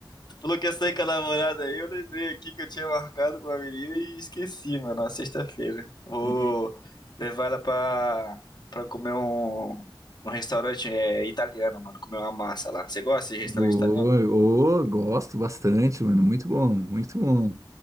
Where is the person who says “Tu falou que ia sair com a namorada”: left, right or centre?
Left